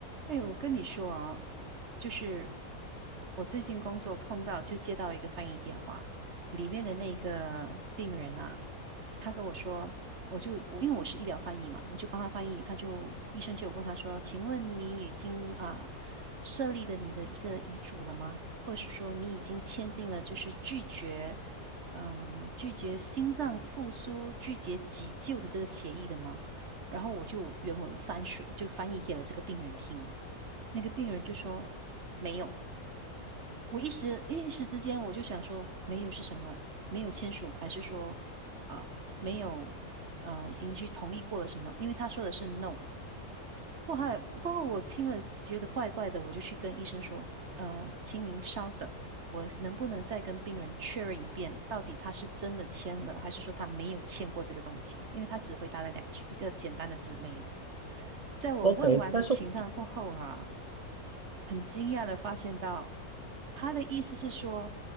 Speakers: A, on the right; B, on the right.
A: 哎，我跟你说啊，就是我最近工作碰到，就接到一个翻译电话，里面的那个病人啊，他跟我说，我就我因为我是医疗翻译嘛，我就帮他翻译，他就医生就有问他说，请问你已经啊设立了你的一个遗嘱了吗？或者是说你已经签订了就是拒绝嗯拒绝心脏复苏、拒绝急救的这个协议了吗？然后我就原文翻书就翻译给了这个病人听，那个病人就说没有。我一时一时之间，我就想说，没有是什么？没有签署，还是说啊、没有啊、已经去同意过了什么，因为他说的是 no。过后，过后我听了觉得怪怪的，我就去跟医生说，呃，请您稍等，我能不能再跟病人确认一遍，到底他是真的签了，还是说他没有签过这个东西？因为他只回答了两句，一个简单的字没有。在我问完的情况过后啊
B: OK，但是我
A: 很惊讶的发现到，他的意思是说，